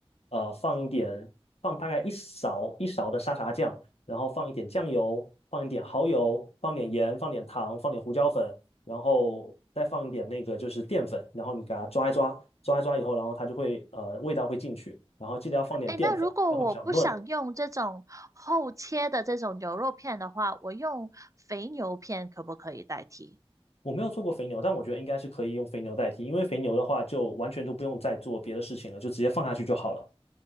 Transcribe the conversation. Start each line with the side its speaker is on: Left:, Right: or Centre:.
Left: 呃，放一点，放大概一勺一勺的沙茶酱，然后放一点酱油，放一点蚝油，放点盐，放点糖，放点胡椒粉，然后再放一点那个就是淀粉，然后你给它抓一抓，抓一抓以后，然后它就会呃味道会进去，然后记得要放点淀粉，
Right: 哎，那如果我不想用这种厚切的这种牛肉片的话，
Left: 它会比较嫩。
Right: 我用肥牛片可不可以代替？
Left: 我没有做过肥牛，但我觉得应该是可以用肥牛代替，因为肥牛的话就完全都不用再做别的事情了，就直接放下去就好了。